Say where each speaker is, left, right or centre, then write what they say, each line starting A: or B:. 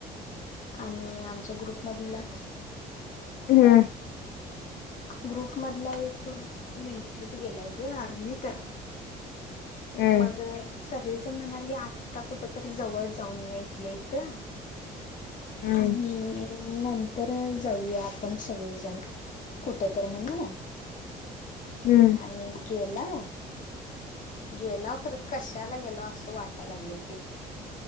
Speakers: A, on the left; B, on the left.
A: आणि आमच्या ग्रुपमधला
B: हम्मं
A: ग्रुप मधला एक मिलिट्रीत गेलाय ग आर्मीत
B: हम्म
A: मग सगळीजण म्हणाली आता कुठ तर जवळ जाऊन येऊ या इथल्या इथं
B: हम्म
A: आणि नंतर जाऊया आपण सगळेजण कुठं तर म्हणू ना
B: हम्म
A: मी गेला, गेला खरं कशाला गेला असं वाटायला लागलं ते